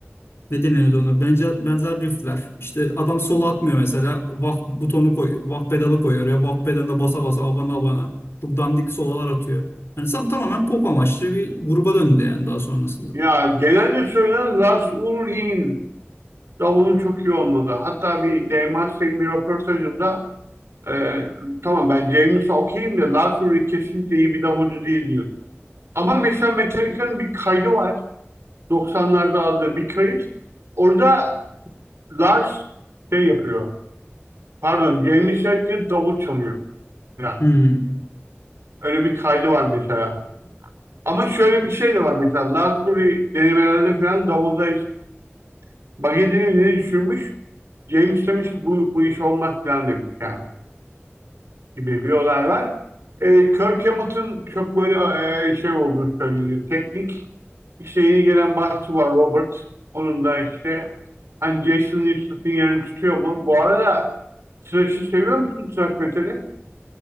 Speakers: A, on the left; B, on the right.
A: ne deniyordu ona? Benzer, benzer riffler. İşte adam solo atmıyor mesela. Wah butonu koyuyor. Wah pedalı koyuyor. Ya wah pedalına basa basa abana abana. Çok dandik sololar atıyor. Hani tam, tamamen pop amaçlı bir gruba döndü yani daha sonrasında.
B: Ya genelde söylenen Lars Ulrich'in davulun çok iyi olmadı. Hatta bir Dave Mustang bir röportajında Ee, tamam ben James'a okeyim de Lowry kesinlikle iyi bir davulcu değil diyordum. Ama mesela Metallica'nın bir kaydı var. 90'larda aldığı bir kayıt. Orada Lars şey yapıyor. Pardon, James Hetfield davul çalıyor. Yani
A: Hmm.
B: öyle bir kaydı var mesela. Ama şöyle bir şey de var mesela. Lars Ulrich denemelerde falan davulda hiç bagetini ne düşürmüş. James demiş ki bu, bu iş olmaz falan demiş yani. gibi bir olay var. E, Kirk Hamilton çok böyle e, şey olduğu söyleniyor. Teknik işte yeni gelen basçı var Robert. Onun da işte hani Jason Newstet'in yerini tutuyor mu? Bu arada Thrash'ı seviyor musun Thrash metali?